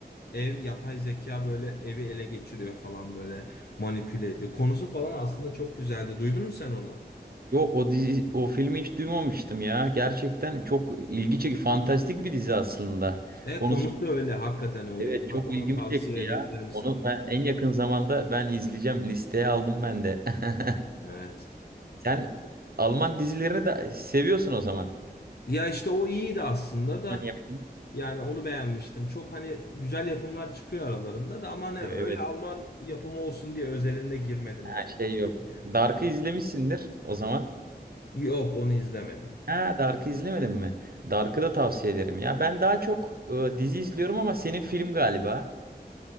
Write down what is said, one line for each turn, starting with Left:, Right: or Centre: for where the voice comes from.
Left: ev yapay zeka böyle evi ele geçiriyor falan böyle manipüle ediyor. Konusu falan aslında çok güzeldi. Duydun mu sen onu?
Right: Yok o dizi o filmi hiç duymamıştım ya. Gerçekten çok ilgi çekici fantastik bir dizi aslında.
Left: E
Right: Konusu
Left: konusu öyle. Hakikaten öyleydi.
Right: evet
Left: Bak
Right: çok ilgimi
Left: onu tavsiye
Right: çekti
Left: edebilirim
Right: ya.
Left: sana.
Right: Onu ben en yakın zamanda ben izleyeceğim. Listeye aldım ben de. <laughs>
Left: Evet.
Right: Sen Alman dizilerini de seviyorsun o zaman.
Left: Ya işte o iyiydi aslında da
Right: Hani yapım-
Left: Yani onu beğenmiştim. Çok hani güzel yapımlar çıkıyor aralarında da ama hani öyle
Right: Evet.
Left: Alman yapımı olsun diye özelinde girmedim
Right: Ha,
Left: yani.
Right: şey yok.
Left: Ya,
Right: Dark'ı
Left: evet.
Right: izlemişsindir o zaman.
Left: Yok onu izlemedim.
Right: Ha Dark'ı izlemedin mi? Dark'ı da tavsiye ederim ya. Ben daha çok e, dizi izliyorum ama senin film galiba.